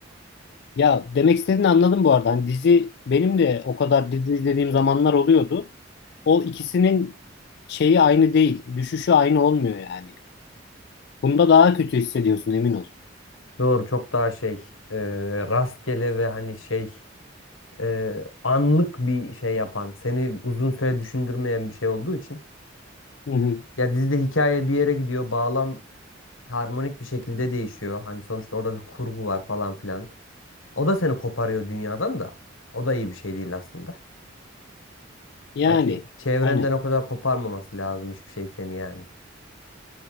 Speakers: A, on the left; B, on the left.
A: Ya demek istediğini anladım bu arada. Hani dizi benim de o kadar dizi izlediğim zamanlar oluyordu. O ikisinin şeyi aynı değil. Düşüşü aynı olmuyor yani. Bunda daha kötü hissediyorsun emin ol.
B: Doğru çok daha şey e, rastgele ve hani şey e, anlık bir şey yapan, seni uzun süre düşündürmeyen bir şey olduğu için.
A: Hı hı.
B: Ya dizide hikaye bir yere gidiyor, bağlam harmonik bir şekilde değişiyor. Hani sonuçta orada bir kurgu var falan filan. O da seni koparıyor dünyadan da. O da iyi bir şey değil aslında.
A: Yani
B: Ya çe- çevrenden
A: aynen.
B: o kadar koparmaması lazım hiçbir şey seni yani.